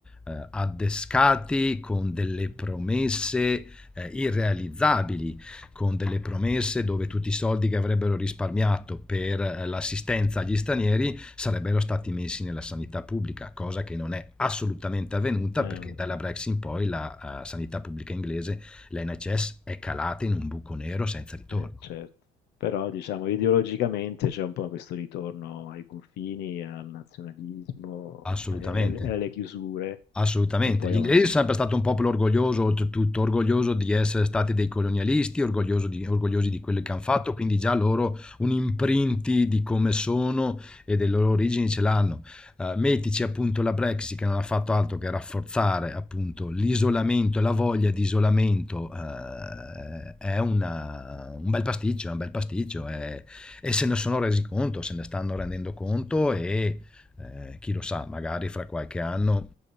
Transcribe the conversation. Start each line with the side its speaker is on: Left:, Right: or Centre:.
Centre: eh, addescati con delle promesse eh, irrealizzabili, con delle promesse dove tutti i soldi che avrebbero risparmiato per eh, l'assistenza agli stranieri sarebbero stati messi nella sanità pubblica, cosa che non è assolutamente avvenuta
Left: Eh,
Centre: perché dalla Brexit in poi la eh, sanità pubblica inglese, l'NHS, è calata in un buco nero senza ritorno.
Left: Eh, certo. Però diciamo ideologicamente c'è un po' questo ritorno ai confini, al nazionalismo,
Centre: Assolutamente.
Left: alle, alle- alle chiusure,
Centre: Assolutamente.
Left: che poi
Centre: Gli
Left: avanzano.
Centre: inglesi sono sempre stato un popolo orgoglioso, oltretutto orgoglioso di essere stati dei colonialisti, orgoglioso di- orgogliosi di quello che hanno fatto, quindi già loro un imprinti di come sono e delle loro origini ce l'hanno. Eh, mettici appunto la Brexit che non ha fatto altro che rafforzare appunto l'isolamento, la voglia di isolamento, eh, è una- un bel pasticcio, è un bel pasticcio è- e se ne sono resi conto, se ne stanno rendendo conto e eh, chi lo sa, magari fra qualche anno